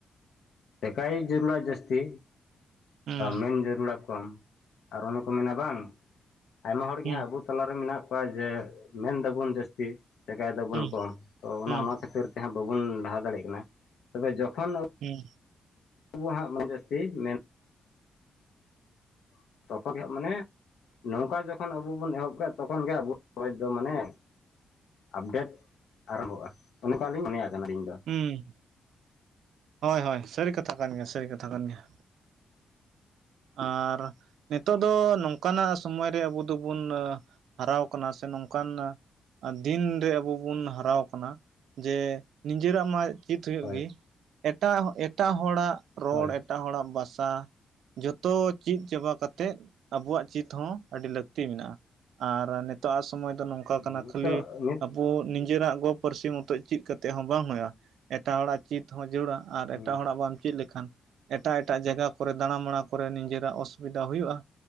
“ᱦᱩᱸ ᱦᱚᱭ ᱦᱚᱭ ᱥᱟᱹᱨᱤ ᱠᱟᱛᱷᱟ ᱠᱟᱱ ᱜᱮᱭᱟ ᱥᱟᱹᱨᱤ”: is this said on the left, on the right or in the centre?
Right